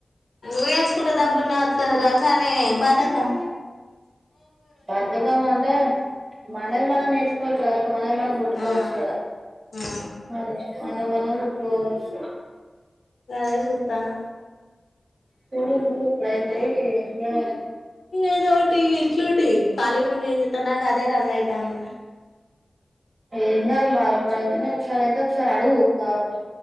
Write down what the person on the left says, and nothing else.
నేర్చ్కుంట డబ్బన్నత్తదరా కనీ బాద స
ఆ
ఆ
ఇగాదే సూతానా
ఏదో ఒకటి ఎట్లుండి ఖాళీగా ఉండి ఏం చేత్తాను నాకు అదే రంది అయితాంది